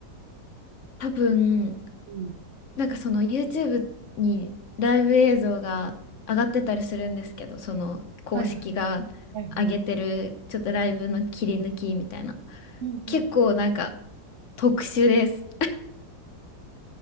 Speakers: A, on the left; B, on the right.
A: 多分、
B: うん。
A: なんかその YouTube にライブ映像が上がってたりするんですけど、その公式が
B: はいはいはいはい。
A: 上げてる、ちょっとライブの切り抜きみたいな。
B: うんうん。
A: 結構なんか特殊です。